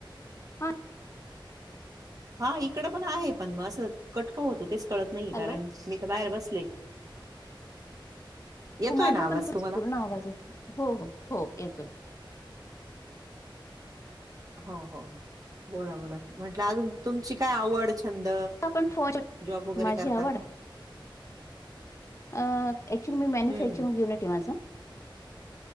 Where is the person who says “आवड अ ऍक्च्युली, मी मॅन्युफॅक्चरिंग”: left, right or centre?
Left